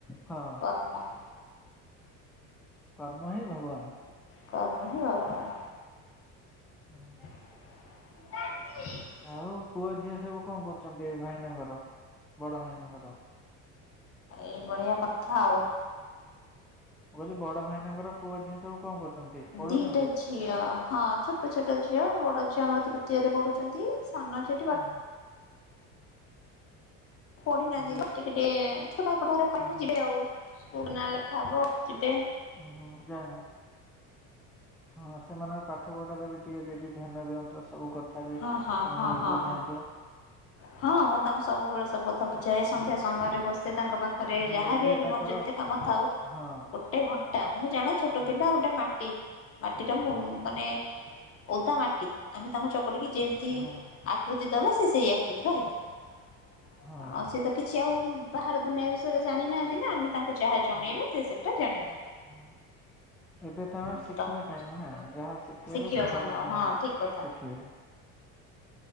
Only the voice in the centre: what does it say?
ହଁ
କର୍ମ ହିଁ ଭଗବାନ।
ହଁ।
ଆଉ ପୁଅ ଝିଅ ସବୁ କଁ କରୁଚନ୍ତି ଏ ଭାଇନାଙ୍କର ବଡ଼ ଭାଇନାଙ୍କର?
ମୁଁ କହିଲି ବଡ଼ ଭାଇନାଙ୍କର ପୁଅ ଝିଅ ସବୁ କଁ କରୁଚନ୍ତି,
ପଢ଼ୁଛନ୍ତି?
ହଁ।
ଯା
ଓହୋ
ହୁଁ ହୁଁ ଯେ ହଁ ସେମାନଙ୍କ ପାଠ ପଢ଼ାରେ ବି ଟିକେ ଦିଦି ଧ୍ୟାନ ଦିଅନ୍ତୁ ସବୁ କଥା ବି
ସେମାନଙ୍କୁ
ବୁଝାନ୍ତୁ।
ମାନେ
ଏବେ
ତାଙ୍କର
ଏ ହଁ।
ହଁ
ହଁ
ହଁ
ହଁ।
ହଁ ଏବେ
ତାଅଁ ଶିଖିବା
ଟାଇମ୍ ନା ଯାହା ଶିଖେଇବେ
ସେଇଟାକୁ
ସେମାନେ
ଶିଖିବେ।